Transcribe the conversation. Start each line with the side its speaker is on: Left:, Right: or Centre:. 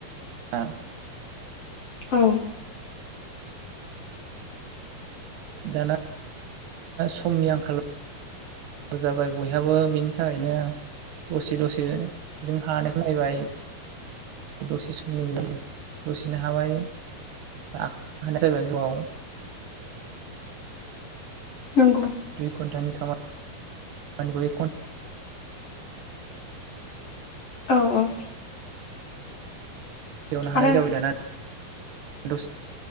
Right: <unintelligible>
Left: औ।
Right: दाना समनि आंखाल जाबाय बयहाबो बिनि थाखायनो दसे दसे जों हानायखौ नायबाय। <unintelligible> दसेनो हाबाय <unintelligible>
Left: नंगौ।
Right: दुइ घन्टानि खामानिखौ एक कन
Left: औ औ
Right: एवनो हानाय
Left: आरो
Right: जाबाय दाना। <unintelligible>